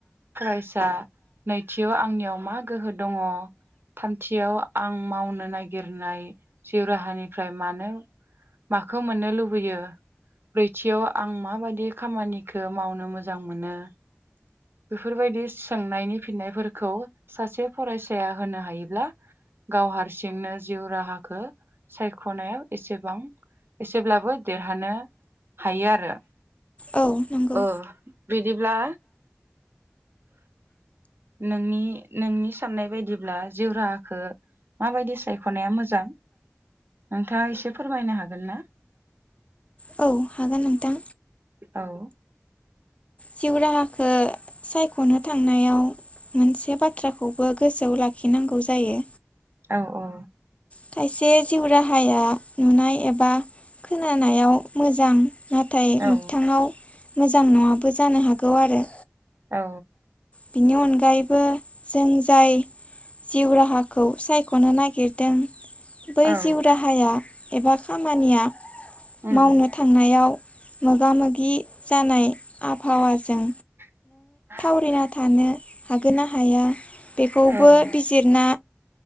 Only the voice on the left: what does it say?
औ नंगौ
औ हागोन नोंथां
जिउ राहाखो सायख'नो थांनायाव मोनसे बाथ्राखौबो गोसोआव लाख खि नांगौ जायो।
खायसे जिउ राहाया नुनाय एबा खोनानायाव मोजां। नाथाय
मोगथांआव मोजां न'आबो जानो हागौ आरो।
बिनि अनगायैबो जों जाय जिउ राहाखौ सायख'नो नागिरदों। बै
जिउ राहाया एबा खामानिया
मावनो थांनायाव मोगा मोगि जानाय आबहावाजों।
फरायना थानो हागोन ना हाया बेखौबो
बिजिरना